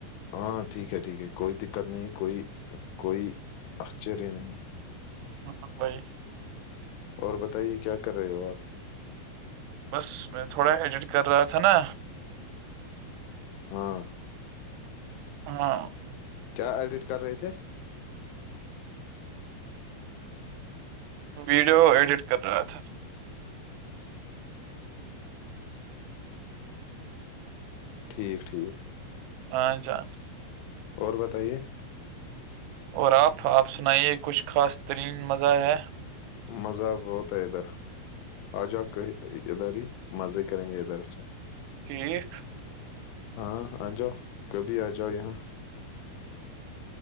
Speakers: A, on the left; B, on the right.
A: ہاں ٹھیک ہے ٹھیک ہے کوئی دقت نہیں کوئی کوئی آشچر نہیں
B: ہوں بھائی
A: اور بتائیے کیا کر رہے ہو آپ
B: بس میں تھوڑا ایڈٹ کر رہا تھا نا
A: ہاں
B: ہاں
A: کیا ایڈٹ کر رہے تھے
B: ویڈیو ایڈٹ کر رہا تھا
A: ٹھیک ٹھیک
B: ہاں جان
A: اور بتائیے
B: اور آپ آپ سنائیے کچھ خاص ترین مزہ ہے
A: مزہ بہت ہے ادھر آ جا ادھر ہی مزے کریں گے ادھر سے
B: ٹھیک
A: ہاں آ جاؤ کبھی آ جاؤ یہاں